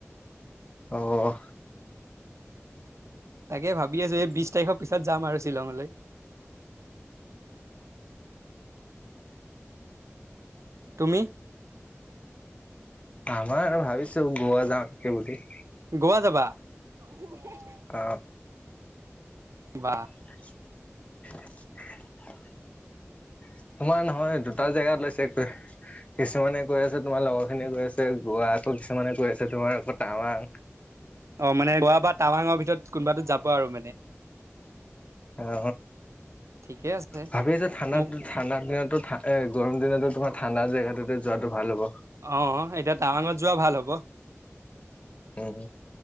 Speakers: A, on the left (about 25°); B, on the right (about 80°).
A: অ
B: তাকে ভাবি আছো এই বিশ তাৰিখৰ পিছত যাম আৰু শ্বিলঙলৈ। তুমি?
A: আমাৰ ভাবিছো গোৱা যাও সেই বুলি।
B: গোৱা যাবা? <unintelligible>
A: অ।
B: কিবা
A: <unintelligible> তোমাৰ নহয় দুটা জেগাত ওলাইছে এটোৱে কিছুমানে কৈ আছে তোমাৰ লগৰ খিনিয়ে কৈ আছে গোৱা, আকৌ কিছুমানে কৈ আছে তোমাৰ আকৌ টাৱাং।
B: অ মানে গোৱা বা টাৱাঙৰ ভিতৰত কোনোবাতোত যাব আৰু মানে।
A: অ।
B: ঠিকে আছে।
A: ভাবি আছো ঠাণ্ডাত
B: মোক
A: ঠাণ্ডা দিনতো এ গৰম দিনটো তোমাৰ ঠাণ্ডা জেগাটোতে যোৱাটো ভাল হ'ব।
B: অ এতিয়া টাৱাঙত যোৱা ভাল হ'ব।
A: উম।